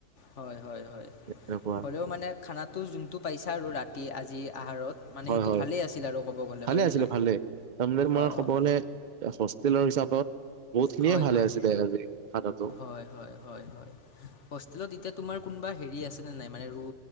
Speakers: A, on the left; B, on the right.
A: হয় হয় হয়।
B: এনেকুৱা
A: হ'লেও মানে, খানাটো যোনটো পাইছা আৰু ৰাতিৰ আজি আহাৰত। মানে
B: হয়
A: সেইটো
B: হয়
A: ভালেই আছিল আৰু ক'ব গ'লে
B: ভালে
A: হয়নে
B: আছিলে
A: নাই।
B: ভালে তাৰমানে তোমাৰ
A: অঁ,
B: ক'ব গ'লে হোষ্টেলৰ হিচাপত বহুত খিনিয়ে
A: হয়
B: ভালে
A: হয়,
B: আছিলে আজি খানাটো
A: হয় হয় হয় হয়। হোষ্টেলত এতিয়া তোমাৰ কোনোবা হেৰি আছেনে নাই মানে ৰো